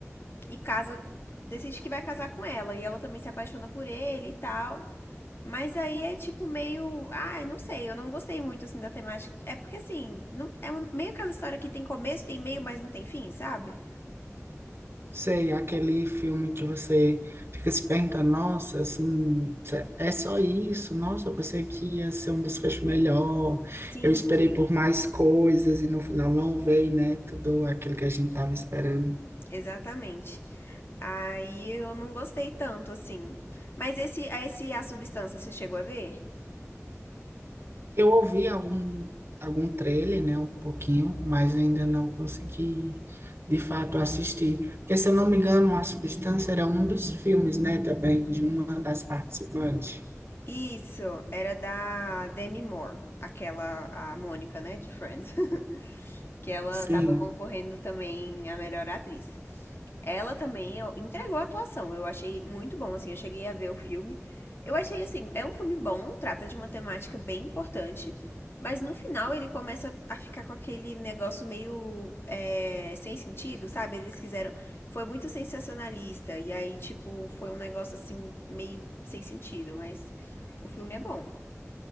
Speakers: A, on the left; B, on the right.
A: e casa, decide que vai casar com ela. E ela também se apaixona por ele e tal. Mas aí é tipo meio. Ah, eu não sei, eu não gostei muito assim da temática. É porque assim, não... é uma- meio aquela história que tem começo, tem meio, mas não tem fim, sabe?
B: Sei, aquele filme que você fica se perguntando, nossa, assim, se- é só isso? Nossa, eu pensei que ia ser um desfecho melhor.
A: Sim.
B: Eu esperei por mais coisas e no final não veio, né? Tudo aquilo que a gente tava esperando.
A: Exatamente. Aí eu não gostei tanto assim. Mas esse, a- esse A Substância, você chegou a ver?
B: Eu ouvi algum, algum trailer, né? Um pouquinho, mas ainda não consegui, de fato, assistir. Porque, se eu não me engano, A Substância era um dos filmes, né? Também, de uma das participantes.
A: Isso, era da Demi Moore, aquela, a Mônica, né, de Friends. <laughs> que ela
B: Sim.
A: tava concorrendo também a melhor atriz. Ela também ó, entregou a atuação. Eu achei muito bom, assim. Eu cheguei a ver o filme. Eu achei, assim, é um filme bom, trata de uma temática bem importante. Mas no final ele começa a ficar com aquele negócio meio é, sem sentido, sabe? Eles quiseram. Foi muito sensacionalista. E aí, tipo, foi um negócio assim, meio sem sentido. Mas o filme é bom.